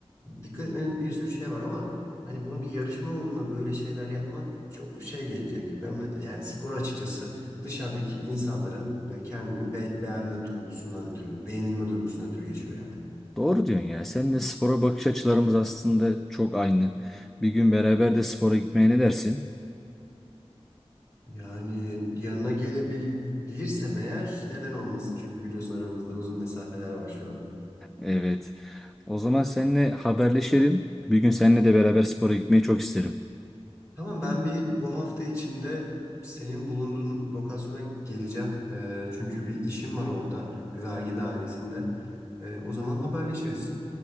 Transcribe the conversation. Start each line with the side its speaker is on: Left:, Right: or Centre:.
Left: Dikkat etmenin bir sürü şey var ama hani bunu bir yarışma uğruna böyle şeyler yapmak çok şey gelecek. Ben yani sporu açıkçası dışarıdaki insanların ve kendimin be- beğenme duygusundan ötürü, beğenilme duygusundan ötürü geçiyor yani.
Centre: Doğru diyorsun ya. Seninle spora bakış açılarımız aslında çok aynı. Bir gün beraber de spora gitmeye ne dersin?
Left: Yani yanına gelebilirsem eğer neden olmasın? Çünkü biliyorsun aramızda uzun mesafeler var şu an.
Centre: Evet. O zaman seninle haberleşelim. Bir gün seninle de beraber spora gitmeyi çok isterim.
Left: Tamam ben bir bu hafta içinde senin bulunduğun lokasyona geleceğim. Ee, çünkü bir işim var orada, bir vergi dairesinde. Ee, o zaman haberleşiriz.